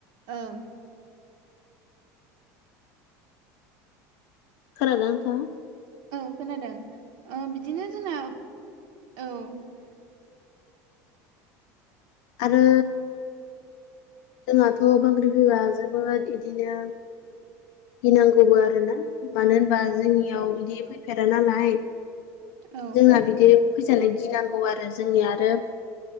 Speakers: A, on the right (about 60°); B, on the left (about 75°).
A: ओम।
B: खोनादोना नोंथां?
A: औ खोनादों ओ बिदिनो जोंना औ
B: आरो जोंहाथ' बांग्रि फैबा जोबोद इदिनो गिनांगौबो आरो ना। मानो होनबा जोंनियाव बिदि फैफेरा नालाय।
A: औ
B: जोंना बिदि फैजानो गिनांगौ आरो जोंनिया आरो